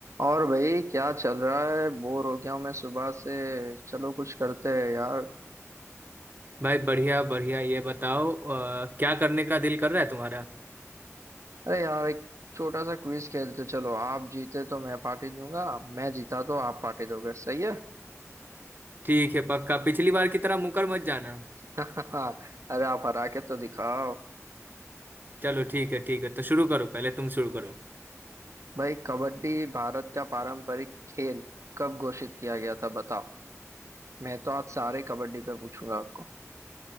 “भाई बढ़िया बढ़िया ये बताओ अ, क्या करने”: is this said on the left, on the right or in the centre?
Right